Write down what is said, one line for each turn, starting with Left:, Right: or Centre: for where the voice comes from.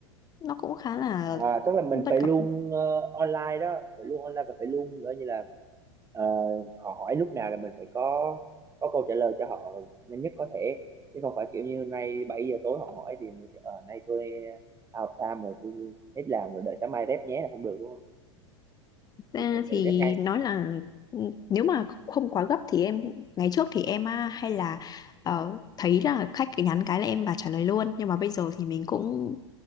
Left: nó cũng khá là
Right: À, tức là mình
Left: bất
Right: phải luôn
Left: cập
Right: ờ, online đó phải luôn online và phải luôn gọi như là ờ, họ hỏi lúc nào là mình phải có có câu trả lời cho họ nhanh nhất có thể chứ không phải kiểu như nay 7 giờ tối họ hỏi thì mình sẽ, ờ nay tôi out of time rồi tôi hết làm rồi đợi sáng mai rep nhé là không được đúng không
Left: ra
Right: thì kiểu
Left: thì
Right: phải rep ngay
Left: nói là ừ, nếu mà không quá gấp thì em ngày trước thì em à, hay là ờ, thấy là khách cứ nhắn cái là em và trả lời luôn nhưng mà bây giờ thì mình cũng